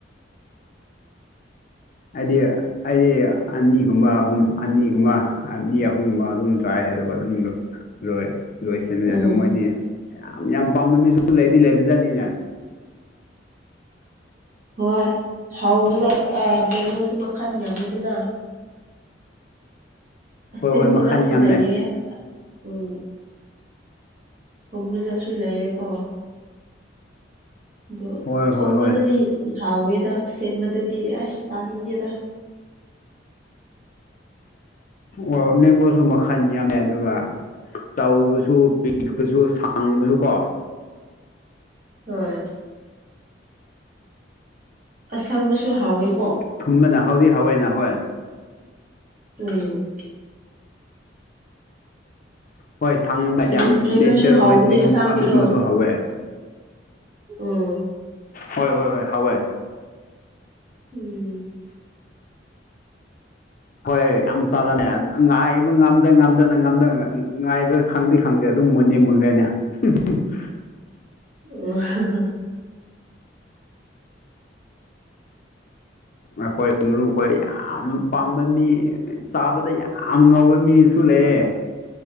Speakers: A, on the left; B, on the right.
A: ꯍꯥꯏꯗꯤ ꯑꯩꯗꯤ ꯑꯅꯤꯒꯨꯝꯕ ꯑꯍꯨꯝ ꯑꯅꯤꯒꯨꯝꯕ ꯑ ꯑꯍꯣꯡꯕ ꯑꯗꯨꯝ ꯆꯥꯏ ꯑꯗꯨꯒ ꯑꯗꯨꯝ ꯂꯣꯏ ꯂꯣꯏꯁꯟꯃꯤꯅꯦ
B: ꯎꯝ
A: ꯑꯗꯨ ꯃꯣꯏꯗꯤ ꯌꯥꯝ ꯌꯥꯝ ꯄꯥꯝꯅꯃꯤꯁꯨ ꯂꯩꯗꯤ ꯂꯩꯕꯖꯥꯠꯅꯤꯅꯦ
B: ꯍꯣꯏ ꯍꯧꯕꯁꯦ ꯃꯦꯡꯒꯣꯁꯨ ꯃꯈꯜ ꯌꯥꯝꯃꯦꯗꯅ
A: ꯍꯣꯏ ꯍꯣꯏ
B: ꯑꯤꯟꯕꯖꯥꯠꯁꯨ
A: ꯃꯈꯟ ꯌꯥꯝꯃꯦ
B: ꯂꯩꯌꯦ ꯎꯝ ꯊꯣꯡꯕꯖꯠꯁꯨ ꯂꯩꯌꯦꯀꯣ ꯑꯗꯣ
A: ꯍꯣꯏ
B: ꯊꯨꯝꯕꯅꯗꯤ
A: ꯍꯣꯏ ꯍꯣꯏ
B: ꯍꯥꯎꯋꯦꯗ ꯁꯤꯟꯕꯗꯨꯗꯤ ꯑꯁ ꯆꯥꯅꯤꯡꯗꯦꯗ
A: ꯑꯣ ꯃꯦꯡꯒꯣꯁꯨ ꯃꯈꯟ ꯌꯥꯝꯃꯦ ꯑꯗꯨꯒ ꯆꯥꯎꯕꯁꯨ ꯄꯤꯛꯄꯁꯨ ꯁꯥꯡꯕꯁꯨ ꯀꯣ
B: ꯍꯣꯏ ꯑꯁꯪꯕꯁꯨ ꯍꯥꯎꯋꯦꯀꯣ
A: ꯊꯨꯝꯕꯅ ꯍꯥꯎꯗꯤ ꯍꯥꯎꯋꯦꯅ ꯍꯣꯏ
B: ꯎꯝ
A: ꯍꯣꯏ ꯁꯪꯕ ꯌꯥꯝ
B: ꯃꯨꯟꯗ꯭ꯔꯤꯉꯩꯁꯨ
A: ꯅꯦꯆꯔ
B: ꯍꯥꯎꯕꯅꯦ
A: ꯑꯣꯏꯗ꯭ꯔꯤ
B: ꯑꯁꯥꯡꯕꯗꯣ
A: ꯑꯗꯨꯒꯨꯝꯕꯁꯨ ꯍꯧꯋꯦ
B: ꯎꯝ
A: ꯍꯣꯏ ꯍꯣꯏ ꯍꯣꯏ ꯍꯥꯎꯋꯦ
B: ꯎꯝ
A: ꯍꯣꯏ ꯌꯥꯝ ꯆꯥꯔꯅꯦ ꯑꯪ ꯉꯥꯏꯕ ꯉꯝꯗ ꯉꯝꯗ ꯉꯝꯗꯅ ꯉꯥꯏꯕ ꯈꯪꯗꯤ ꯈꯪꯗꯦ ꯑꯗꯨꯝ ꯃꯨꯟꯅꯤ ꯃꯨꯟꯂꯦꯅꯦ <unintelligible>
B: ꯑꯣ ꯍꯍꯥ
A: ꯑꯩꯈꯣꯏ ꯃꯔꯨꯈꯣꯏ ꯌꯥꯝ ꯄꯥꯝꯕ ꯃꯤ ꯆꯥꯕꯗ ꯌꯥꯝ ꯉꯧꯕ ꯃꯤꯁꯨ ꯂꯩꯌꯦ